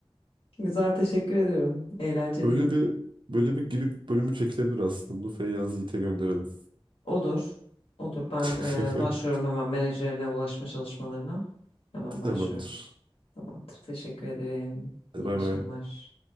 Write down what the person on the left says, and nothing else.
Güzel teşekkür ediyorum. Eğlenceliydi.
Olur. Olur. Ben
e, başlıyorum hemen menajerine ulaşma çalışmalarına. Hemen başlıyorum.
Tamamdır. Teşekkür ederim.
İyi
akşamlar.